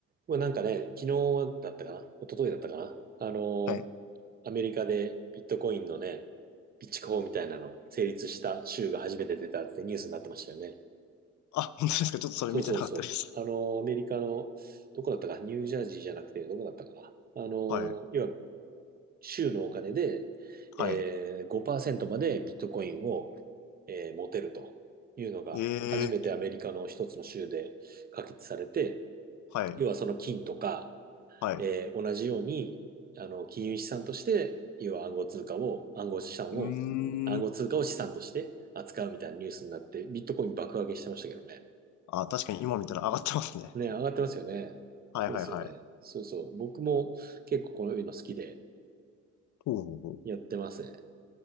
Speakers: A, on the right; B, on the left.
A: まあ、なんかね、昨日だったかな一昨日だったかなあの、
B: はい。
A: アメリカでビットコインのね、備蓄法みたいなの成立した州が初めて出たってニュースになってましたよね。
B: あ、本当ですかちょっとそれ見てなかったです。
A: そうそうそう。あの、アメリカの、どこだったか、ニュージャージーじゃなくて、どこだったかな。あの、
B: はい。
A: 要は、州のお金で、
B: はい。
A: えー、5%までビットコインを、えー持てるというのが、
B: ええ
A: 初めてアメリカの一つの州で可決されて、
B: はい。
A: 要はその金とか、
B: はい。
A: えー同じように、あの、金融資産として、要は暗号通貨を、暗号資産を、
B: うー
A: 暗号通貨を資産として扱うみたいなニュースになって、
B: ん。
A: ビットコイン爆上げしてましたけどね。
B: あ、確かに今見たら上がってますね。
A: ね、上がってますよね。
B: はいはいはい。
A: そうですよね。そうそう。僕も結構こういうの好きで
B: ほうほうほう。
A: やってますね。